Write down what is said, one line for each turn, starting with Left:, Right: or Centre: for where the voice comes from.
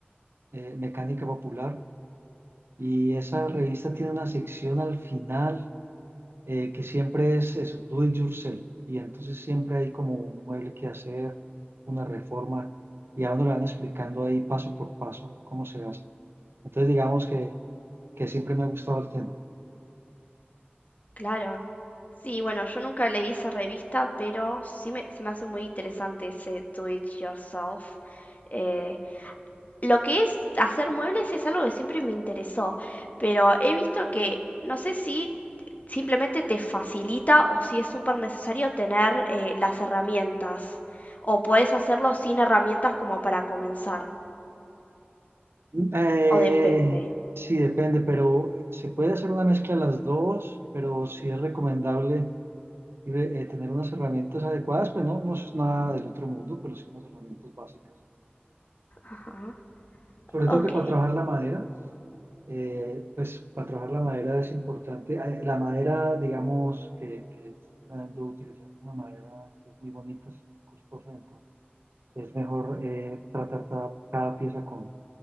Right: eh, Mecánica Popular. Y esa revista tiene una sección al final eh, que siempre es eso, do it yourself. Y entonces siempre hay como un mueble que hacer, una reforma, y a uno le van explicando ahí paso por paso cómo se hace. Entonces digamos que, que siempre me ha gustado el tema.
Left: Claro. Sí, bueno, yo nunca leí esa revista, pero sí me, se me hace muy interesante ese Do It Yourself. Eh, lo que es hacer muebles es algo que siempre me interesó, pero he visto que no sé si simplemente te facilita o si es súper necesario tener eh, las herramientas, o puedes hacerlo sin herramientas como para comenzar,
Right: Eh,
Left: o depende.
Right: sí, depende, pero eh, se puede hacer una mezcla de las dos, pero sí es recomendable eh, tener unas herramientas adecuadas, pues no, no es nada del otro mundo, pero sí unas herramientas básicas.
Left: Ajá.
Right: Sobre
Left: Ok,
Right: todo que para trabajar la madera, eh, pues para trabajar la madera es importante. Eh, La madera, digamos, que, que está dando utilizar es una madera que es muy bonita, es costosa, entonces es mejor eh, tratar cada, cada pieza con,